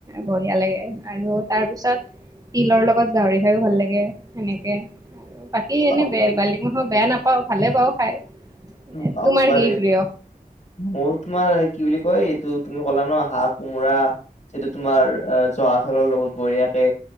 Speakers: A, on the right; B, on the left.
A: বঢ়িয়া লাগে আৰু তাৰপিছত তিলৰ লগত গাহৰি খাইও ভাল লাগে সেনেকে আৰু। বাকী
B: বাপ
A: এনেই বেল বালিক মানুহৰ বেয়া নাপাওঁ, ভালে পাওঁ খাই।
B: উম, বাপ
A: তোমাৰ
B: বাৰীত
A: কি প্ৰিয়
B: মোৰ তোমাৰ কি বুলি কয়, এইটো তুমি ক'লা ন' হাঁহ কোমোৰা যিটো তোমাৰ জহা চাউলৰ লগত বঢ়িয়াকে